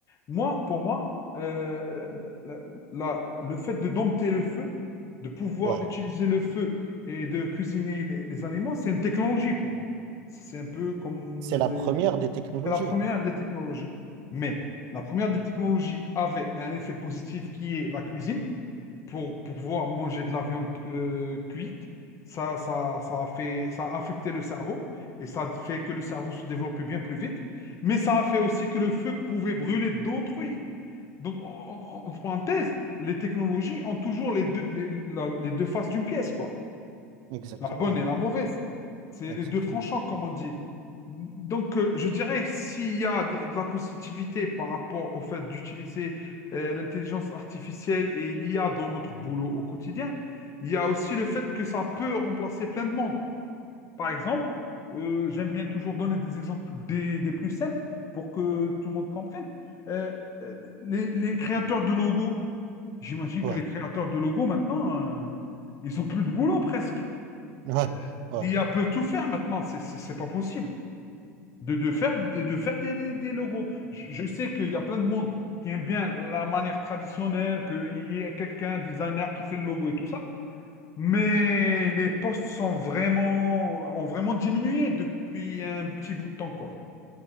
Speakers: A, on the left; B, on the right.
A: moi, pour moi, euh, euh, la- la- le fait de dompter le feu, de pouvoir
B: Ouais.
A: utiliser le feu et de cuisiner les, les aliments, c'est une technologie pour moi. C'est un peu comme
B: C'est la première des technologies.
A: C'est la première des technologies. Mais la première des technologies avait un effet positif qui est la cuisine. Pour, pour pouvoir manger de la viande euh, cuite, ça, ça, ça a fait, ça a affecté le cerveau et ça a fait que le cerveau se développait bien plus vite. Mais ça a fait aussi que le feu pouvait brûler d'autrui. Donc, en, en- en parenthèse, les technologies ont toujours les deux, les, la- les deux faces d'une pièce, quoi.
B: Exactement.
A: La bonne et la mauvaise. C'est
B: Exactement.
A: les deux tranchants, comme on dit. Donc, euh, je dirais que s'il y a de de la positivité par rapport au fait d'utiliser euh, l'intelligence artificielle et l'IA dans notre boulot au quotidien, il y a aussi le fait que ça peut remplacer plein de monde. Par exemple, euh, j'aime bien toujours donner des exemples des, des plus simples pour que tout le monde comprenne. Euh, euh, les, les créateurs de logos, j'imagine
B: Ouais.
A: que les créateurs de logos maintenant, euh, ils ont plus de boulot presque.
B: Ouais.
A: Euh,
B: Ouais.
A: L'I a peut tout faire maintenant, c'est c'est- c'est pas possible de, de faire, de, de faire des, des- des logos. Je, je sais qu'il y a plein de monde qui aime bien la manière traditionnelle, qu'il y ait quelqu'un, un designer qui fait le logo et tout ça, mais les postes sont vraiment, ont vraiment diminué depuis un petit bout de temps, quoi.